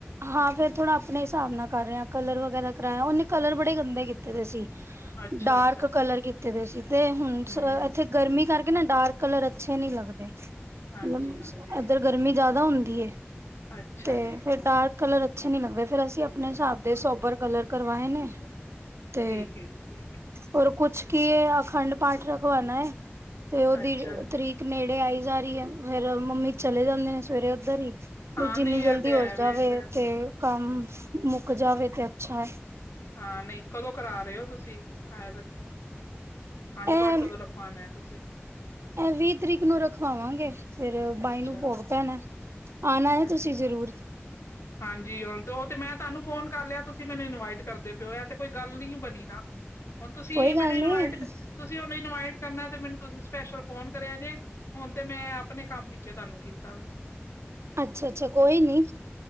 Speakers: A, on the right; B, on the left.
A: ਹਾਂ ਫੇਰ ਥੋੜਾ ਆਪਣੇ ਹਿਸਾਬ ਨਾਲ ਕਰ ਰਿਹਾ ਕਲਰ ਵਗੈਰਾ, ਕਰਾਇਆ ਉਹਨੇ ਕਲਰ ਬੜੇ ਗੰਦੇ ਕੀਤੇ ਦੇ ਸੀ,
B: ਅੱਛਾ-ਅੱਛਾ,
A: ਡਾਰਕ ਕਲਰ ਕੀਤ ਕਰੇ ਸੀ, ਤੇ ਹੁਣ
B: ਹੂੰ,
A: ਇੱਥੇ ਗਰਮੀ ਕਰਕੇ ਤੇ ਨਾ ਡਾਰਕ ਕਲਰ ਅੱਛੇ ਨਹੀਂ ਲੱਗਦੇ,
B: ਹਾਂਜੀ-ਹਾਂਜੀ,
A: ਮੀਨਸ ਇੱਧਰ ਗਰਮੀ ਜ਼ਿਆਦਾ <unintelligible> ਹੁੰਦੀ ਏ,
B: ਅੱਛਾ
A: ਤੇ
B: ਜੀ।
A: ਫਿਰ ਡਾਰ ਕਲਰ ਅੱਛੇ ਨੀ ਲੱਗਦੇ ਫੇਰ ਅਸੀਂ ਆਪਣੇ ਹਿਸਾਬ ਦੇ ਸੋਬਰ ਕਲਰ ਕਰਵਾਏ ਨੇ, ਤੇ
B: ਠੀਕ ਐ ਜੀ ਠੀਕ ਐ,
A: ਹੋਰ ਕੁਛ, ਕੀ ਆਖੰਡ ਪਾਠ ਰਖਵਾਨਾ ਹੈ, ਤੇ ਉਹਦੀ
B: ਅੱਛਾ ਜੀ,
A: ਤਰੀਕ ਨੇੜੇ ਆਈ, ਜਾ ਰਹੀ ਹੈ ਫੇਰ ਮੰਮੀ ਚਲੇ ਜਾਂਦੇ ਨੇ ਸਵੇਰੇ ਉੱਧਰ ਹੀ,
B: ਹਾਂ
A: ਜਿੰਨੀ
B: ਨਈ
A: ਜਲਦੀ
B: ਐ ਤੇ
A: ਹੋ
B: ਹੈ ਵੇ
A: ਜਾਵੇ,
B: ਫੇਰ
A: ਤੇ ਕੰਮ ਮੁੱਕ ਜਾਵੇ ਤੇ ਅੱਛਾ ਹੈ।
B: ਹਾਂ, ਨਹੀਂ ਕਦੋਂ ਕਰਾ ਰਹੇ ਹੋ ਤੁਸੀਂ ਘਰ <unintelligible>
A: ਇਹ,
B: ਪਾਠ ਕਦੋਂ ਰਖਵਾਨਾ ਤੁਸੀਂ?
A: ਇਹ ਵੀਹ ਤਰੀਕ ਨੂੰ ਰਖਵਾਵਾਂਗੇ ਫਿਰ, ਬਾਈ
B: ਅੱਛਾ
A: ਨੂੰ ਭੋਗ ਪੈਣਾ, ਆਉਣਾ ਹੈ
B: ਅੱਛਾ
A: ਤੁਸੀਂ ਜ਼ਰੂਰ,
B: ਹਾਂਜੀ ਤੇ ਉਹ ਤੇ ਮੈਂ ਤੁਹਾਨੂੰ ਫੋਨ ਕਰ ਲਿਆ ਤੁਸੀਂ ਮੈਨੂੰ ਇਨਵਾਈਟ ਕਰਦੇ ਪਏ ਹੋ ਆ ਤੇ ਕੋਈ ਗੱਲ ਨੀ ਬਣੀ ਨਾ ਹੁਣ ਤੁਸੀਂ
A: ਕੋਈ
B: ਮੈਨੂੰ
A: ਗੱਲ
B: ਇਨਵਾਈਟ
A: ਨੀ
B: ਤੁਸੀਂ ਇਨਵਾਈਟ ਕਰਨਾ ਤੇ ਮੈਨੂੰ ਤੁਸੀਂ ਸਪੈਸ਼ਲ ਫੋਨ ਕਰਿਆ ਜੇ ਹੁਣ ਤੇ ਮੈਂ ਆਪਣੇ ਕੰਮ ਪੇ ਤੁਹਾਨੂੰ ਕੀਤਾ ਵ
A: ਅੱਛਾ ਅੱਛਾ ਕੋਈ ਨੀ